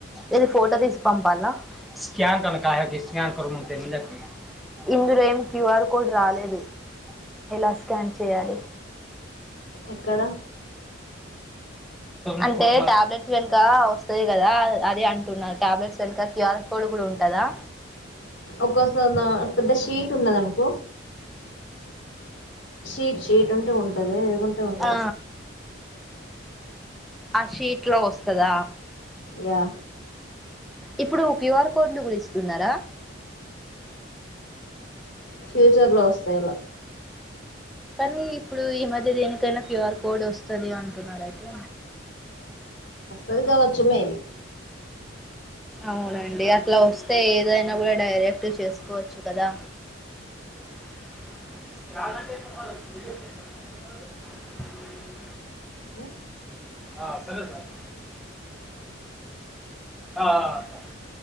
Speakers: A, in the centre; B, on the left.
A: ఏది ఫోటో తీసి పంపాల్న <unintelligible> ఇందులో ఏం క్యూ ఆర్ కోడ్ రాలేదు. ఎలా స్కాన్ చేయాలి.
B: ఎక్కడ
A: అంటే టాబ్లెట్స్ వెన్క వస్తది కదా. అది అంటున్నా టాబ్లెట్స్ వెనుక క్యూఆర్ కొడ్కుడుంటదా
B: ఒక్కొక దన్ పెద్ద షీట్ ఉన్నదనుకో షీట్ షీట్ ఉంటే ఉంటది లేకుంటే ఉండది.
A: ఆ ఆ షీట్ లో ఒస్తదా
B: యా
A: ఇప్పుడు క్యూఆర్ కోడ్లు గుడ ఇస్తున్నారా
B: ఫ్యూచర్ లో వస్తాయ్ అలా
A: కానీ ఇప్పుడు ఈ మధ్య దేనికైనా క్యూఆర్ కోడ్ ఒస్తది అంటున్నారైతే.
B: వస్తాది కావచ్చు మేబి
A: అవునండి అట్ల వస్తే ఏదైనా గూడా డైరెక్ట్ చేస్కోవచ్చు కదా <unintelligible>
B: ఉ
A: అ సరే సార్ అ అ సార్